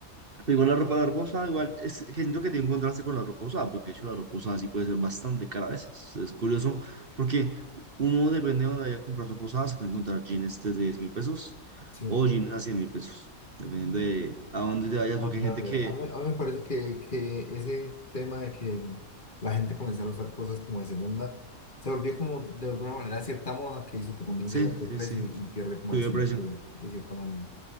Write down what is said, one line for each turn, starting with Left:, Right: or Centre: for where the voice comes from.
Right: pero igual la ropa, la ropa usada, igual, es que siento que tiene un contraste con la ropa usada, porque de hecho la ropa usada sí puede ser bastante cara a veces. Es curioso, porque uno depende de donde vaya a comprar ropa usada, se puede encontrar jeans desde diez mil pesos
Left: sí.
Right: o jeans a cien mil pesos, dependiendo de a dónde te vayas,
Left: Ah,
Right: porque
Left: de
Right: hay gente
Left: verdad,
Right: que,
Left: A mí, a mí me parece que, que ese tema de que la gente comenzara a usar cosas como de segunda se volvió como de alguna manera cierta moda que hizo que también
Right: sí,
Left: se le vaya el
Right: sí,
Left: precio
Right: sí,
Left: y, y pierde como
Right: sube
Left: el sentido
Right: el precio.
Left: de cierta manera.